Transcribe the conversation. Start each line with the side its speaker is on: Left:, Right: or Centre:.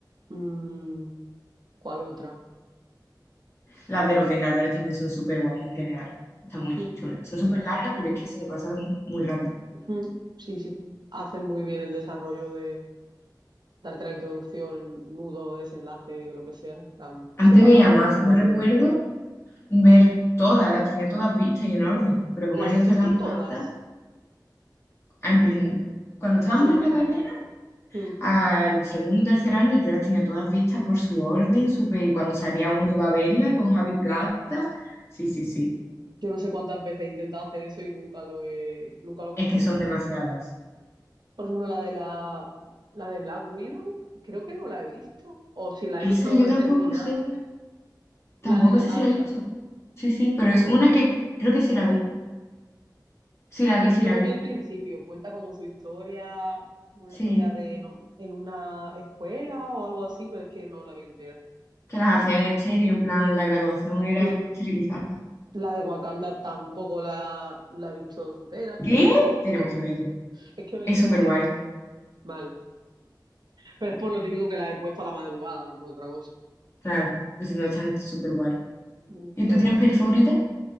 Right: Mm, ¿Cuál otra?
Left: Las de los Vengadores también son súper guay en general. Están muy
Right: Mm,
Left: chulas. Son súper
Right: sí,
Left: largas, pero es que se me pasan muy rápido.
Right: mm, sí, sí. Hacen muy bien el desarrollo de darte la introducción, nudo, desenlace, lo que sea. En plan,
Left: Antes
Right: se pasa
Left: veía
Right: bastante
Left: más. Yo
Right: rápido.
Left: recuerdo ver todas, las tenía todas vistas y en orden. Pero como
Right: ¿Las
Left: han
Right: has
Left: ido sacando
Right: visto todas?
Left: tantas, en prin- cuando estábamos
Right: Yo
Left: en la
Right: no.
Left: carrera,
Right: Mm,
Left: Al segundo, tercer año yo las tenía todas vistas por su orden, súper, y cuando salía una iba a verla con Javi Plata. Sí, sí, sí.
Right: Yo no sé cuántas veces he intentado hacer eso y nunca lo he, nunca lo he culminado.
Left: Es que son demasiadas.
Right: Por ejemplo, la de la, la de Black Widow, creo que no la he visto. O si la
Left: Esa
Right: he visto, no
Left: yo
Right: la
Left: tampoco
Right: he terminado.
Left: sé, tampoco
Right: La de Natasha.
Left: sé si la he visto. Sí, sí, pero es una que creo que sí la vi. Sí la vi, sí
Right: Yo
Left: la
Right: me
Left: vi.
Right: vi el principio, cuenta como su historia, una
Left: Sí,
Right: historia de no, en una escuela o algo así, pero es que no la vi entera.
Left: que las hacían estéril, en plan, la graduación era
Right: Mm.
Left: esterilizar.
Right: La de Wakanda tampoco la, la he visto entera.
Left: ¿Qué? Tenemos
Right: No,
Left: que verla.
Right: es que me
Left: Es
Right: he quedado
Left: súper
Right: dormida.
Left: guay,
Right: Vale, pero es por lo típico que la he puesto a la madrugada, no por otra cosa.
Left: claro, pues si no está
Right: Mm.
Left: súper guay.
Right: Mm,
Left: ¿Y
Right: Qué
Left: tú
Right: guay.
Left: tienes peli favorita?